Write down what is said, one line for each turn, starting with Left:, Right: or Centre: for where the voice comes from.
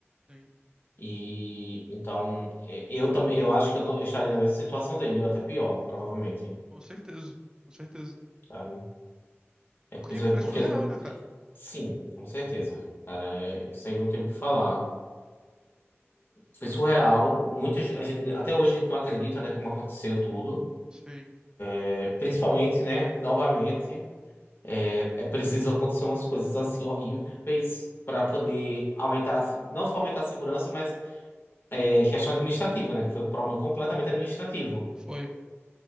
Right: Sim.
Left: E então, e- eu também, eu acho que eu, não, eu estaria na mesma situação dele, ou até pior, provavelmente.
Right: Com certeza, com certeza.
Left: Tá? É, principalmente
Right: Porque é surreal,
Left: porque ele.
Right: né, cara?
Left: Sim, com certeza. Cara, é, isso aí não tem o que falar. Foi surreal. muitas a gente, até hoje a gente não acredita, né, como aconteceu tudo.
Right: Sim,
Left: É, principalmente, né, novamente, é, é preciso acontecer umas coisas assim horríveis para poder aumentar, a se- não só aumentar a segurança, mas é, questão administrativa, né, que foi um problema completamente administrativo,
Right: foi.